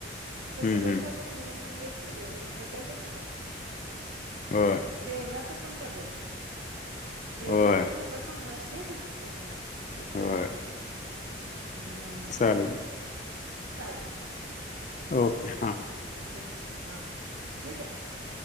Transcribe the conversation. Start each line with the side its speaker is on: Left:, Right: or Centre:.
Right: आता सगळं
Left: हम्म हम्म
Right: पाक आहे कणी हेच केले हो बदलले सगळं.
Left: बरं
Right: जेवणाचं पण बदलले, जेवण
Left: होय
Right: खर प्रसाद चांगला असतोय तिथं प्रसाद. एकदम
Left: होय
Right: छान असते, हम्म
Left: चालेल
Right: चालते चालते. आहे
Left: ओके हा.
Right: ओके ओके हा ठीक आहे.